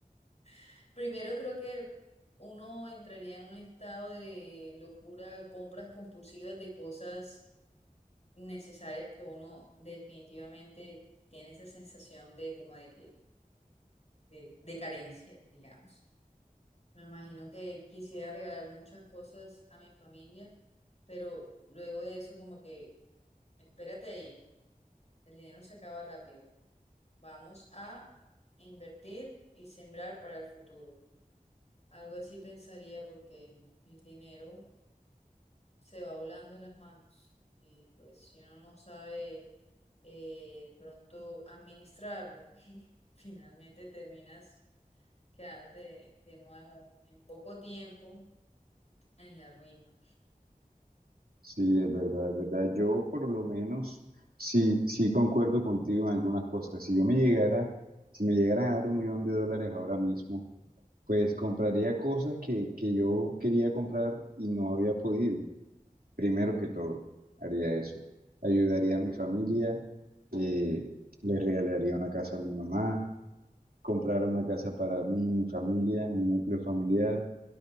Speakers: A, on the left; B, on the right.
A: <laughs> Primero creo que uno entraría en un estado de locura, compras compulsivas de cosas necesarias que uno definitivamente tiene esa sensación de como de que de, de carencia, digamos. Me imagino que quisiera regalar muchas cosas a mi familia, pero luego de eso como que espérate ahí. El dinero se acaba rápido. Vamos a invertir y sembrar para el futuro. Algo así pensaría porque el dinero se va volando en las manos y pues si uno no sabe eh, pronto administrarlo, <laughs> finalmente terminas quedándote de nuevo en poco tiempo en la ruina.
B: Sí, es verdad, es verdad. Yo por lo menos sí, sí concuerdo contigo en algunas cosas. Si yo me llegara, si me llegara a dar un millón de dólares ahora mismo, pues compraría cosas que, que yo quería comprar y no había podido. Primero que todo, haría eso. Ayudaría a mi familia, eh, le regalaría una casa a mi mamá, comprara una casa para mí, mi familia, mi núcleo familiar